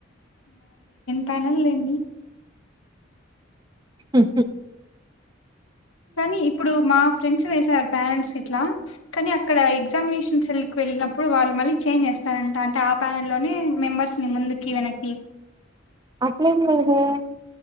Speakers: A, on the left; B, on the right.
A: పనన్లెండి
B: హ
A: కానీ ఇప్పుడు మా ఫ్రెండ్స్ వేసారు ప్యానెల్స్ ఇట్లా కానీ అక్కడ ఎగ్జామినేషన్ సెల్కు వెళ్ళినప్పుడు వాళ్ళు మళ్ళీ చేంజ్ చేస్తారంట అంటే ఆ ప్యానెల్ లోనే మెంబర్స్ ని ముందుకి వెనక్కి
B: అట్లేం లేదే